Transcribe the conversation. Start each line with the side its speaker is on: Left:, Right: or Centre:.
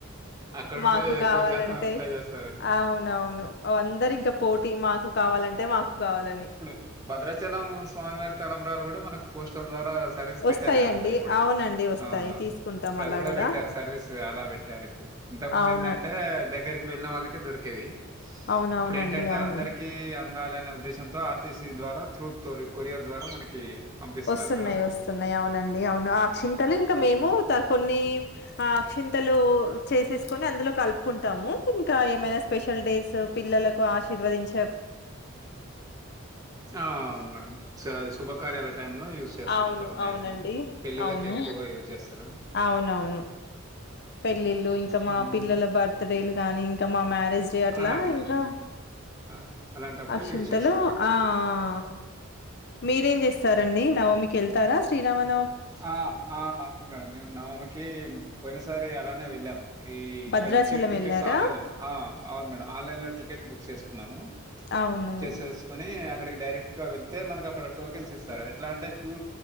Right: అక్కడ ఉండి
Left: మాకు
Right: ఎక్కువ
Left: కావాలంటే
Right: శాతం ట్రై చేస్తారని
Left: అవునవును అందరు ఇంకా పోటీ మాకు కావాలంటే మాకు కావాలని.
Right: ఇప్పుడు భద్రాచలం స్వామివారి తలంబరాలు కూడా మనకు పోస్టల్ ద్వారా సర్వీస్ పెట్టారు
Left: వస్తాయండి.
Right: కదా మేడం ఇప్పుడు
Left: అవునండి వస్తాయి.
Right: అవును
Left: తీసుకుంటాం
Right: ఇప్పుడు అది
Left: అలా
Right: కూడా
Left: గూడా.
Right: పెట్టారు సర్వీస్ అలా పెట్టారు ఇప్పుడు ఇంత ముందు
Left: అవును.
Right: ఏందంటే దగ్గరికి వెళ్ళిన వాళ్ళకే దొరికేవి
Left: అవునవునండి.
Right: ఇప్పుడు ఏంటంటే
Left: అవును.
Right: అందరికి అందాలనే ఉద్దేశంతో ఆర్టీసీ ద్వారా త్రూత్ కొరియర్ ద్వారా మనకి పంపిస్తున్నారు
Left: వస్తున్నాయి
Right: మేడం
Left: వస్తున్నాయి అవునండి అవును ఆ అక్షింతలు ఇంకా మేం ము త కొన్ని అక్షింతలు చేసేసుకుని అందులో కలుపుకుంటాము ఇంకా ఏమైనా స్పెషల్ డేస్ పిల్లలకు ఆశీర్వదించ
Right: ఆ అవును మేడం షా శుభ కార్యాల టైంలో లో యూస్ చేస్తా
Left: అవును
Right: ఉంటారు మాక్సిమం
Left: అవునండి
Right: పెళ్లిళ్లకి
Left: అవును
Right: ఎక్కువగా యూజ్ చేస్తారు
Left: అవునవును పెళ్ళిళ్ళు ఇంకా మా
Right: హ్మ్.
Left: పిల్లల బర్త్ డేలు గాని ఇంకా మా మ్యారేజ్ డే అట్లా
Right: అలాంటిది
Left: ఇంకా
Right: ఆ! అలాంటప్పుడు
Left: అక్షంతలు
Right: యూజ్ చేస్తారు అది
Left: ఆ ఆ ఆ మీరేం చేస్తారండి నవమి కెళ్తారా శ్రీరామన్
Right: ఆ ఆ అవును మేడం మేము నవమి కి పోయినసారి అలానే వెళ్ళాము ఈ ఇక్కడ
Left: భద్రాచలం
Right: నుంచి టికెట్స్
Left: వెళ్ళారా
Right: ఆన్లైన్ ల ఆ అవును మేడం ఆన్లైన్ లో టికెట్ బుక్ చేసుకున్నాము
Left: అవును
Right: చేసేసుకుని అక్కడికి డైరెట్గా వెళ్తే మన అక్కడ టోకెన్స్ ఇస్తారు ఎట్లా అంటే క్యూ